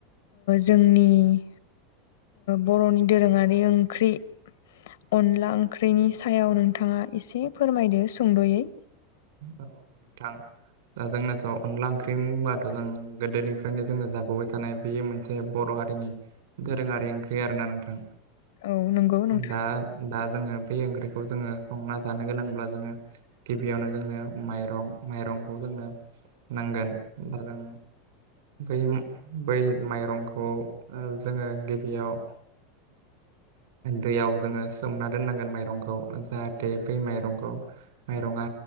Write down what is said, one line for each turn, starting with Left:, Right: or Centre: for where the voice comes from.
Left: जोंनि- बर'नि दोरोङारि ओंख्रि अनला ओंख्रिनि सायाव नोंथाङा एसे फोरमायदो सुंद'यै
Right: औ नोंथां दा जोंनाथ' अनला ओंख्रि होनबाथ' जों गोदोनिफ्रायनो जोङो जाबोबाय थानाय बे मोनसे बर' गोरोङारि ओंख्रि आरोना नोंथां
Left: औ नंगौ नोंथां
Right: दा दा जोङो बे ओंख्रिखौ जोङो संना जानो गोनांब्ला जोङो गिबियावनो जोंनो माइरं माइरंखौ जोंनो नांगोन बा जों बै बै माइरंखौ जोङो गिबियाव दैयाव जोङो सोमना दोननांगोन माइरंखौ जाहाथे बै माइरंखौ- माइरङा